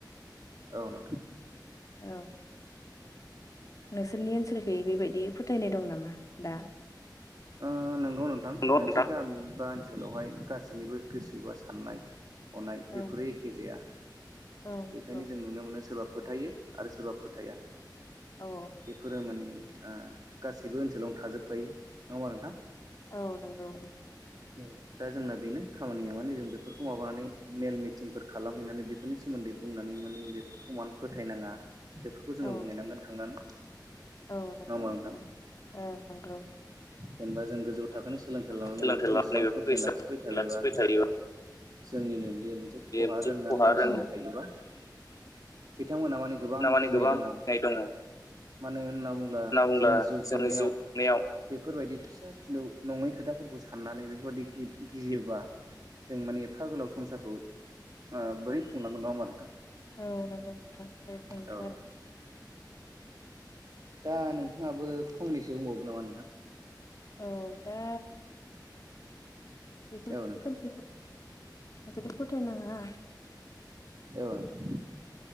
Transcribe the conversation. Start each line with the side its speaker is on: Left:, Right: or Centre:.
Right: औ नोंथां
Left: औ नोंसोरनि ओनसोलखै बेबायदि फोथायनाय दं नामा दा?
Right: ओ नोंगौ नोंथां
Left: नंगौ
Right: मोनसे
Left: नोंथां
Right: गामि बा ओनसोलावहाय गासैनिबो गोसो बा साननाय हनाय बेफोरो
Left: औ
Right: एखे जाया
Left: औ
Right: बेखायनो
Left: औ
Right: जों नुनो मोनो सोरबा फोथायो आरो सोरबा फोथाया
Left: औ
Right: बेफोरो मानि आ गासैबो ओनसोलावनो थाजोबखायो नङा होमबा नोंथां
Left: औ नंगौ
Right: औ दा जोंना बेनो खामानिया माने जों बेफोरखौ माबानानै मेल मिथिंफोर खालामहैनानै बेफोरनि सोमोन्दै बुंनानै माने बेफोरखौ मान फोथायनाङा बेफोरखौ
Left: नोंथां
Right: जोङो
Left: औ
Right: बुंहैनांगोन थांनानै
Left: औ नंगौ
Right: नङा होमबा नोंथां
Left: ओं नंगौ
Right: जेनबा जों गोजौ
Left: जेनेबा
Right: थाखोनि
Left: जों गोजौ
Right: सोलोंथाइ
Left: थाखोनि
Right: लानानै
Left: सोलोंथाइ
Right: बेफोरखौ
Left: लानानै
Right: एसेबां
Left: बेफोरखौ
Right: फोथायनाय
Left: एसेबां
Right: लाखिबाय थायोबा
Left: लाखिबाय थायोबा
Right: जोंनिनो बि बे मोनसे
Left: बे
Right: खहार होननानै
Left: खहा
Right: जों
Left: रों
Right: सिरि थायोबा बिथांमोनहा माने गोबां
Left: नामानि
Right: गिनाय
Left: गोबां
Right: दङ
Left: नाय मानो
Right: मानो होनना बुङोब्ला
Left: बुंब्ला
Right: जोङो जिउ
Left: जोङो
Right: खांनायाव
Left: जिउ खुंनायाव
Right: बेफोरबायदि फिसा फिसौ नङै खोथाफोरखौ साननानै जुदि बेफोरबायदि गियोबा
Left: साननानै
Right: जों माने एफा गोलाव संसारखौ ओ बोरै खुंलांगोन नङा होमबा नोंथां
Left: औ नंगौ नोंथां
Right: औ नोंथां
Left: <unintelligible>
Right: दा नोंथाङाबो फंनैसो बुंबावदो नामा नोंथां
Left: औ दा बेफोर
Right: औ नोंथां
Left: खोमसिखौ बेखौथ फोथायनाङा
Right: औ‌ नोंथां